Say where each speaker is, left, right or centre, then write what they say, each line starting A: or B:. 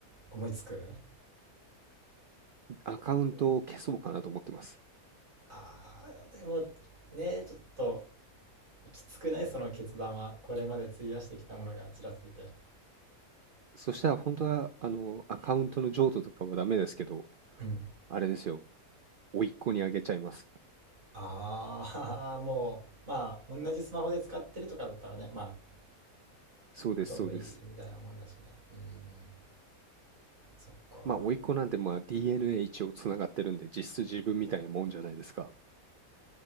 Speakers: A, on the right; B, on the right.
A: 思いつく
B: アカウントを消そうかなと思ってます。
A: あー、でもね、ちょっときつくないその決断は。これまで費やしてきたものがちらついて。
B: そしたら本当は、あの、アカウントの譲渡とかはダメですけど、
A: うん。
B: あれですよ。甥っ子にあげちゃいます。
A: ああ、<laughs> もう、まあ同じスマホで使ってるとかだったらね、まあ
B: そうです、
A: ほとんどいいみたいなもんだしね。
B: そうです。
A: うん。そっか。
B: まあ、甥っ子なんてまあ DNA 一応つながってるんで、実質自分みたいなもんじゃないですか。